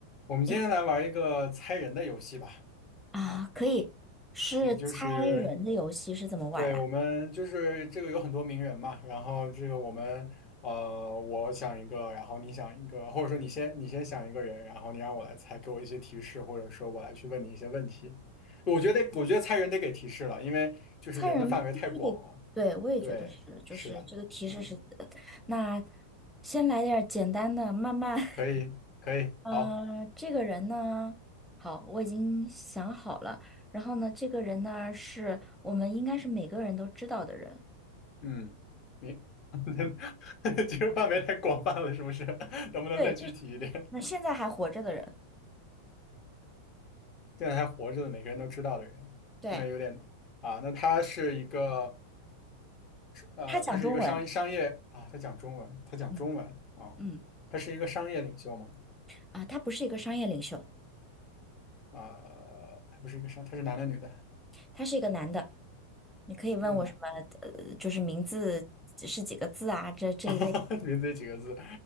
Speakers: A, on the left; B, in the centre.
A: 我们今天来玩一个猜人的游戏吧。
B: 呀啊，
A: 啊，
B: 可以，是猜人的游戏是怎么玩儿啊？
A: 行，就是对我们就是这个有很多名人嘛，然后这个我们呃，我想一个，然后你想一个，或者说你先你先想一个人，然后你让我来猜，给我一些提示，或者说我来去问你一些问题。我觉得我觉得猜人得给提示了，因为就是人的范围太广了。
B: 猜人必须得，对，我也觉得是，
A: 对，
B: 就是这个提示是，
A: 是的，嗯，
B: <tsk> 那先来点儿简单的，慢慢，
A: 可以可以，
B: <laughs> 呃，
A: 好。
B: 这个人呢，好，我已经想好了，然后呢，这个人呢是我们应该是每个人都知道的人，
A: 嗯，明，<laughs> 这个范围太广泛了，是不是？<laughs> 能不能再具体一点？
B: 对，这，那现在还活着的人，
A: 现在还活着的，每个人都知道的人，
B: 对，
A: 那有点啊。那他是一个呃，
B: 他讲中文，
A: 他是一个商商业啊，他讲中文，他讲中文啊，
B: 嗯嗯，
A: 他是一个商业领袖嘛？
B: 啊，他不是一个商业领袖，
A: 啊，他不是一个商，他是男的女的？
B: 他是一个男的。你可以问我什么，
A: 越南，
B: 呃，就是名字是几个字啊，这这一类。
A: <laughs> 名字也几个字？